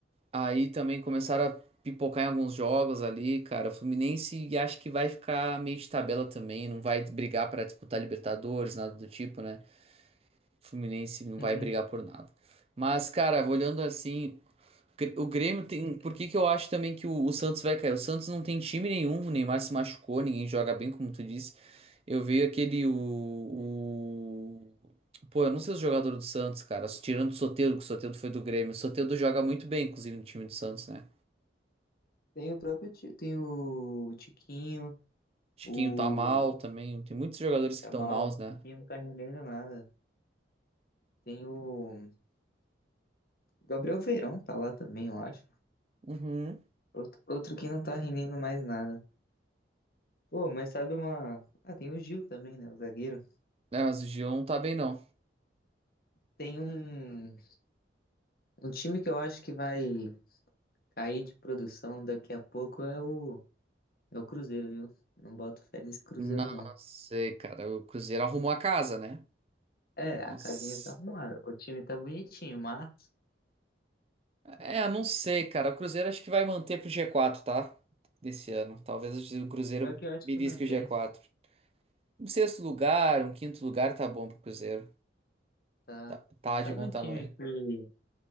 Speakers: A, on the right; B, on the left.
A: Aí também começaram a pipocar em alguns jogos ali, cara. O Fluminense acho que vai ficar meio de tabela também, não vai brigar pra disputar Libertadores, nada do tipo, né? O Fluminense não vai
B: Uhum.
A: brigar por nada. Mas, cara, olhando assim, Gr- o Grêmio tem. Por que que eu acho também que o, o Santos vai cair? O Santos não tem time nenhum, o Neymar se machucou, ninguém joga bem, como tu disse. Eu vejo aquele. O, o- Pô, eu não sei os jogadores do Santos, cara. Tirando o Soteldo, que o Soteldo foi do Grêmio. O Soteldo joga muito bem, inclusive, no time do Santos, né?
B: Tem o próprio, Ti- tem o Tiquinho,
A: Chiquinho
B: o
A: tá mal também. Tem muitos jogadores que
B: Tá
A: estão
B: mal,
A: maus,
B: esse
A: né?
B: time não tá rendendo nada. Tem o Gabriel Veirão, tá lá também, eu acho.
A: Uhum.
B: Outro, outro que não tá rendendo mais nada. Pô, mas sabe uma. Ah, tem o Gil também, né? O zagueiro.
A: É, mas o Gil não tá bem, não.
B: Tem um, um time que eu acho que vai cair de produção daqui a pouco é o, é o Cruzeiro, viu? Não boto fé nesse Cruzeiro,
A: Não
B: não.
A: sei, cara. O Cruzeiro arrumou a casa, né?
B: É, a
A: Não
B: casinha
A: s-
B: tá arrumada. O time tá bonitinho, mas
A: É, não sei, cara. O Cruzeiro acho que vai manter pro G4, tá? Desse ano. Talvez o Cruzeiro
B: só que eu acho
A: belisque
B: que mantém,
A: o G4. Um sexto lugar, um quinto lugar tá bom pro Cruzeiro.
B: tá?
A: Tá, tá
B: Sabe
A: de bom
B: um
A: tamanho.
B: time que,